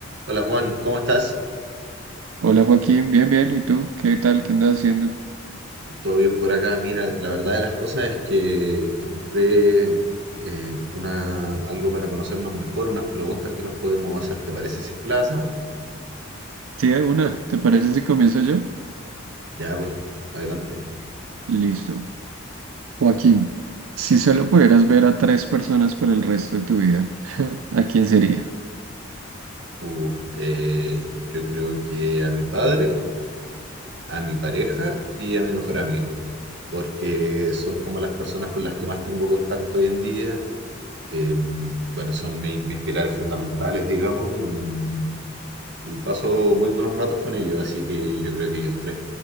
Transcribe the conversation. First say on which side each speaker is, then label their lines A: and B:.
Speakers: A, on the right (about 55°); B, on the right (about 80°).
A: Hola Juan, ¿cómo estás?
B: Hola Joaquín, bien, bien. ¿Y tú? ¿Qué tal? ¿Qué andas haciendo?
A: ¿Todo bien por acá? Mira, la verdad de las cosas es que encontré eh, una, algo para conocernos mejor, unas preguntas que nos podemos hacer. ¿Te parece si es que las hacemos?
B: Sí, de una. ¿Te parece si comienzo yo?
A: Ya, pues, adelante.
B: Listo. Joaquín, si solo pudieras ver a tres personas por el resto de tu vida, <laughs> ¿a quién sería?
A: Uf, eh, yo creo que a mi padre, a mi pareja y a mi mejor amigo, porque son como las personas con las que más tengo contacto hoy en día. Em, bueno, son mi- mis pilares fundamentales, digamos, y y paso muy buenos ratos con ellos, así que yo creo que ellos tres.